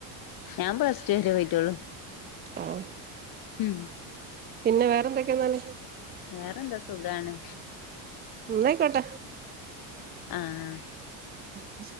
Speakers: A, on the left; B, on the right.
A: ഞാൻ ബസ്റ്റ് വരെ പോയിട്ടോളു
B: ആഹ
A: ഉം
B: പിന്നെ വേറെന്തൊക്കെയാ എന്നാല
A: വേറെന്താ സുഖാണ്
B: ഉന്നായിക്കോട്ട
A: ആഹ
B: അ